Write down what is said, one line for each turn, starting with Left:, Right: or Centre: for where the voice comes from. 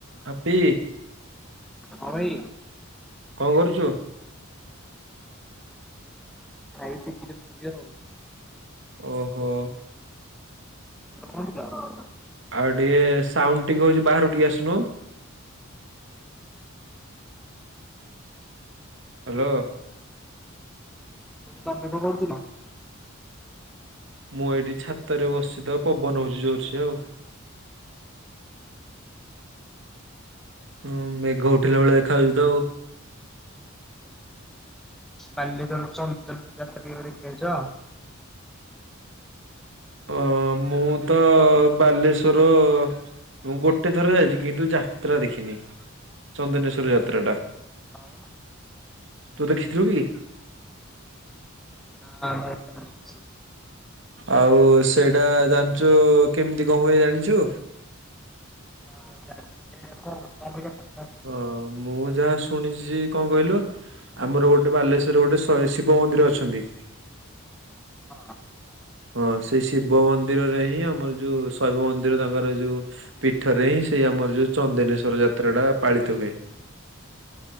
Right: Happy
Centre: ହଁ ଭାଈ।
Right: କଣ କରୁଚୁ?
Centre: ଖାଇକିିକ ଯିବ ଯି ଆଉ।
Right: ଓହୋ।
Centre: <unintelligible>
Right: ଆଉ ଟିକେ ସାଉଣ୍ଡ ଟିକେ ହଉଛି ବାହାରୁ ଟିକେ ଆସୁନୁ। ହ୍ୟାଲୋ।
Centre: ତମେ କଣ କରୁଥିଲ?
Right: ମୁଁ ଏଇଠି ଛାତରେ ବସି ତ ପବନ ହଉଛି ଜୋରସେ ଆଉ। ଉଁ ମେଘ ଉଠିଲା ଭଳିଆ ଦେଖା ଯାଉଚି ତ ଆଉ।
Centre: ବାଲେଶ୍ୱର ଚନ୍ଦନ ଯାତ୍ରା କେବେ ଦେଖି ଆଇଚ?
Right: ଅ ମୁଁ ତ ବାଲେଶ୍ଵର। ମୁଁ ଗୋଟେ ଥର ଯାଇଚି କିନ୍ତୁ ଯାତ୍ରା ଦେଖିନି ଚନ୍ଦନେଶ୍ଵର ଯାତ୍ରା ଟା।
Centre: ହଉ।
Right: ତୁ ଦେଖିଥିଲୁ କି?
Centre: ନାଁ <unintelligible>
Right: ଆଉ ସେଇଟା ଜାଣଚୁ କେମିତି କଣ ହୁଏ ଜାଣିଚୁ?
Centre: ହଁ <unintelligible>
Right: ହଁ ମୁଁ ଯାହା ଶୁଣିଚି କଣ କହିଲୁ? ଆମର ଗୋଟେ ବାଲେଶ୍ଵରରେ ଗୋଟେ ସଇ ଶିବ ମନ୍ଦିର ଅଛନ୍ତି।
Centre: ହଁ।
Right: ହଁ ସେଇ ଶିବ ମନ୍ଦିରରେ ହିଁ ଆମର ଯୋଉ ଶୈବ ମନ୍ଦିର ତାଙ୍କର ଯୋଉ ପୀଠରେ ହିଁ ସେଇ ଆମର ଯୋଉ ଚନ୍ଦେନେଶ୍ୱର ଯାତ୍ରା ଟା ପାଳିତ ହୁଏ।